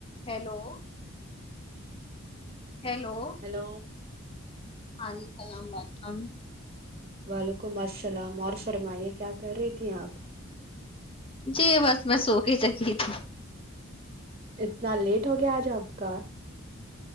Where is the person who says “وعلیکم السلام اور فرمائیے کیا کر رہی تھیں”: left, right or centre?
Right